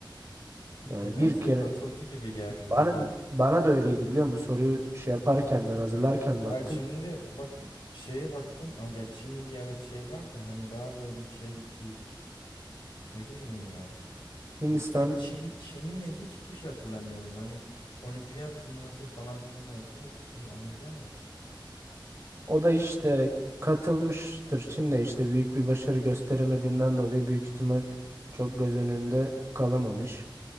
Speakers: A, on the right; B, on the left.
A: Yani
B: Nedense
A: bir kere
B: katıldı gibi geldi
A: bana
B: bana.
A: bana da öyleydi biliyor musun? Soruyu şey yaparken ben hazırlarken baktım.
B: Ya şimdi bak bu şeye baktım. Aa, ya Çin Ligi evet şey vardı hani daha böyle şey bir ne bileyim ya.
A: Hindistan
B: Ya sanki Çin Çin'le hiçbir şey hatırlamıyorum. Hani olimpiyat turnuvası falan filan olsa okey, anlayacağım da.
A: o da işte katılmıştır. Çin de işte büyük bir başarı gösteremediğinden dolayı büyük ihtimal çok göz önünde kalamamış.